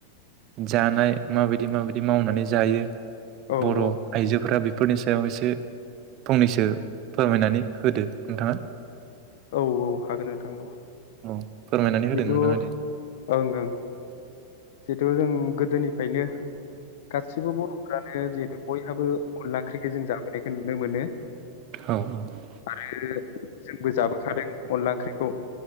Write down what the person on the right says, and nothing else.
जानाय माबायदि माबायदि मावनानै जायो।
बर'
आइजोफोरा बे फोरनि सायाव एसे फंनैसो फोरमायनानै होदो नोंथाङा।
औ फोरमायनानै होदो
नोंथाङा
दे
औ औ